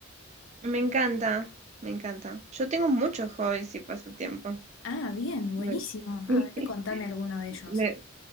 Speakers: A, on the right; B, on the left.
A: Me encanta, me encanta. Yo tengo muchos hobbies y pasatiempos.
B: Ah, bien, buenísimo.
A: Me, <laughs>
B: A ver, contame alguno de ellos.
A: me-